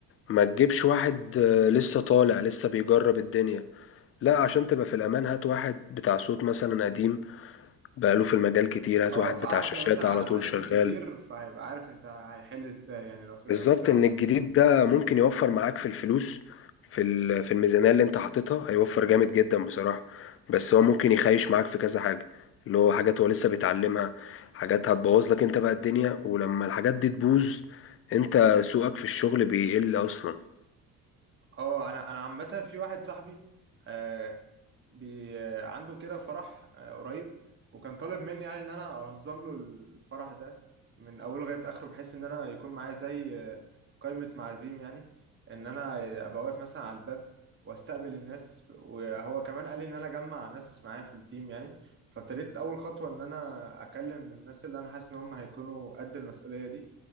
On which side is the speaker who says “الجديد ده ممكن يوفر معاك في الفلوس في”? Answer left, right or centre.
Left